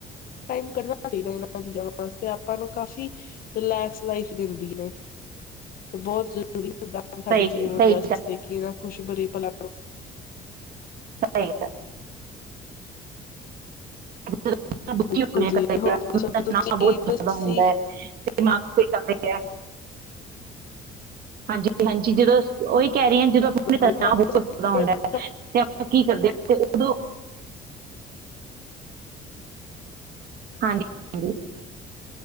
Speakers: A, on the left (about 60°); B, on the right (about 60°).
A: ਟਾਈਮ ਕੱਢਣਾ ਚਾਹੀਦਾ ਏਨਾਂ ਚੀਜ਼ਾਂ ਨੂੰ ਵਾਸਤੇ ਆਪਾਂ ਨੂੰ ਕਾਫ਼ੀ ਰਿਲੈਕਸ ਲਾਈਫ ਦਿੰਦੀ ਨੇ ਤੇ ਬੋਤ ਜਰੂ ਪੂਰੀ ਹਨ ਸਾਡੇ
B: ਸਹੀ
A: ਜੀਵਨ
B: ਸਹੀ
A: ਵਾਸਤੇ ਕਿ ਏਨਾਂ ਖੁਸ਼ਬਰੀ ਭਲਾ
B: ਸਹੀ ਗੱਲ <unintelligible>
A: ਬਿਲਕੁਲ ਜੀ ਹੋਰ ਦੱਸੋ ਤੁਸੀਂ
B: ਬੋਤ ਜਾਦਾ
A: ਤੁਸੀਂ
B: ਹੁੰਦਾ ਏ। ਦਿਮਾਗ ਤੋਂ <unintelligible> ਹਾਂਜੀ ਹਾਂਜੀ ਜਦੋਂ ਓਹੀ ਕੇਹ ਰਹੀ ਆ, ਜਦੋਂ
A: ਬਿਲਕੁਲ
B: <unintelligible>
A: ਤੁਹਾਡੇ ਤੁਸੀਂ ਕੱਪੜੇ
B: ਹੁੰਦਾ ਏ
A: ਹਾਂ,
B: ਤੇ ਆਪਾਂ ਕੀ ਕਰਦੇ ਆ ਤੇ ਓਦੋਂ ਹਾਂਜੀ ਹਾਂਜੀ